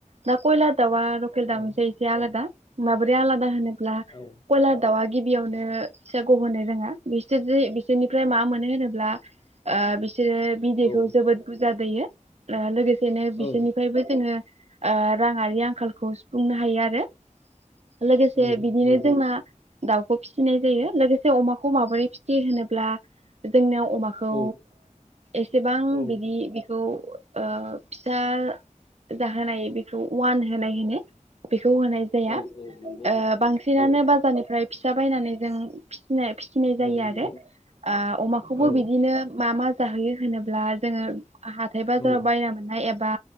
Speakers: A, on the right; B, on the left.
A: दा खयलार दाउआ <unintelligible> <unintelligible>
B: औ
A: माबोरै आलादा होनो ब्ला
B: औ
A: खयलार दाउआ गिबि गिबियावनो फिसा गहोनो रोङा बिसोर जे बिसोरनिफ्राय मा मोनो होनोब्ला ओ बिसोरो बिदैखौ
B: औ
A: जोबोद बुरजा दैयो ओ लोगोसे बिदिनो बिसोरनिफ्रायबो
B: औ
A: जोङो ओ राङारि आंखालखौ बुंनो हायो आरो लोगोसे
B: औ
A: बिदिनो
B: नंगौ
A: जोंना दाउखौ फिसिनाय जायो लोगो से अमाखौ माबोरै फिसियो होनोब्ला जोंनियाव अमाखौ
B: औ
A: एसेबां
B: औ
A: बिदि बेखौ ओ फिसा जाहोनाय बेखौ अवान होनाय होनो बेखौ होनाय जाया
B: औ औ नंगौ
A: ओ बांसिनानो
B: औ
A: बाजारनिफ्राय फिसा बायनानै जों <unintelligible> फिनाय फिसिनाय जायो
B: औ नंगौ
A: आरो अमाखौबो
B: औ
A: बिदिनो मा मा जाहोयो ब्ला जोङो हाथाय बाजाराव
B: औ
A: बायना मोननाय एबा